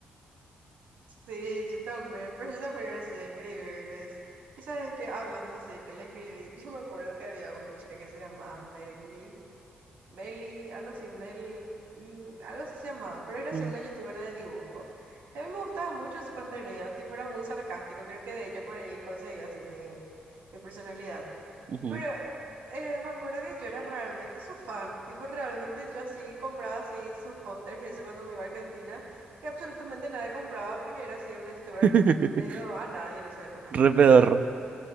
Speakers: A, on the right; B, on the right.
A: Sí, yo también, pero yo también era así de escribirles. Y sabes que hablando así, que le escribí, yo me acuerdo que había una chica que se llamaba Meli, Meli, algo así, Mel, mm, algo así se llamaba, pero era así
B: Mm,
A: una youtuber de dibujo. Y a mí me gustaba mucho su contenido, tipo era muy sarcástico, creo que de ella por ahí conseguí así mi, mi personalidad.
B: ujú.
A: Pero eh, me acuerdo que yo era realmente su fan, tipo realmente yo así compraba así sus pósters y eso cuando me iba a Argentina, que absolutamente nadie compraba porque era así una youtuber
B: <laughs>
A: medio a nadie en esa época.
B: Re pedorro.